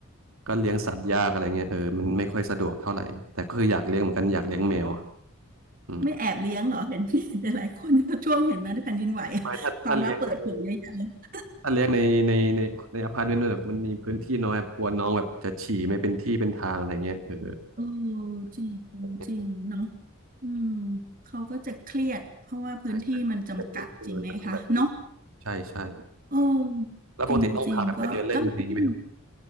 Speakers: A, on the right; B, on the right.
A: ก็เลี้ยงสัตว์ยากอะไรเงี้ยเออมันไม่ค่อยสะดวกเท่าไหร่แต่คืออยากเลี้ยงเหมือนกันอยากเลี้ยงแมวครับอืม
B: ไม่แอบเลี้ยงเหรอเห็นพี่หลายๆคนช่วงเห็นไหมาที่แผ่นดินไหว
A: ไม่ถ้าถ้าเลี้ยงเออ
B: ความลับเปิดเผยเยอะแยะเลย
A: ถ้าเลี้ยงในในในในอพาร์ตเมนต์แบบมันมีพื้นที่น้อยแบบกลัวน้องแบบจะฉี่ไม่เป็นที่เป็นทางอะไรเงี้ยเออ
B: เออจริง
A: ใ
B: จริงเนาะอืมเขาก็จะเครียดเพราะว่าพื้นที่มันจำกัดจริงไหมคะเนาะ
A: ช่ใช่เป็นพื้นที่น้อยมันต้องแบบนี้ใช่ใช่
B: เออ
A: แล้วปกติต้องพาแบบไปเดินเล่นอะไรอย่างงี้ไหมครับ
B: จริงจริงก็ก็เลย